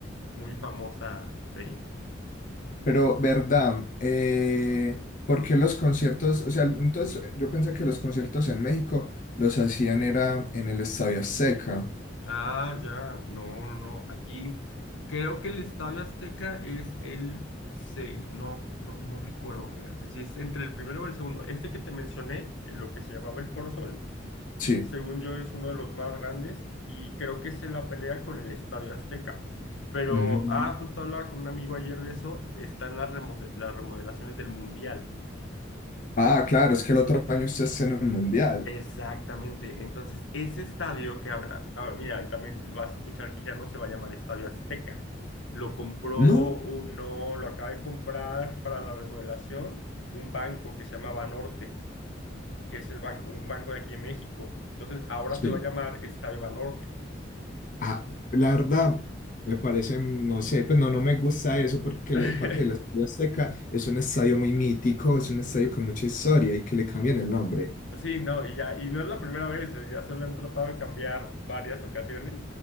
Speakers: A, on the left; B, on the left.
A: muy famosa Faye.
B: Pero, ¿verdad? Eh, ¿por qué los conciertos? O sea, entonces yo pensé que los conciertos en México los hacían era en el Estadio Azteca.
A: Ah, ya, no, no, no. Aquí creo que el Estadio Azteca es el, se- no, no, no recuerdo, fíjate, si es entre el primero o el segundo. Este que te mencioné, eh, lo que se llamaba el Foro Sol,
B: Sí.
A: según yo es uno de los más grandes y creo que es en la pelea con el Estadio Azteca. Pero,
B: Mm.
A: ah, justo hablaba con un amigo ayer de eso, están las, remo- las remodelaciones del Mundial.
B: Ah, claro, es que el otro año ustedes tienen el mundial.
A: Exactamente. Entonces, ese estadio que ahora, ah, mira, también vas a escuchar que ya no se va a llamar Estadio Azteca. Lo compró,
B: No.
A: u- no, lo acaba de comprar para la remodelación un banco que se llama Banorte, que es el banco, un banco de aquí en México. Entonces, ahora
B: Sí.
A: se va a llamar Estadio Banorte.
B: Ah, la verdad, me parece, no sé, pues no, no me gusta eso porque
A: <laughs>
B: le- para que el Estadio Azteca es un estadio muy mítico, es un estadio con mucha historia y que le cambien el nombre.
A: Sí, no, y ya, y no es la primera vez, eh, ya se lo han tratado de cambiar varias ocasiones,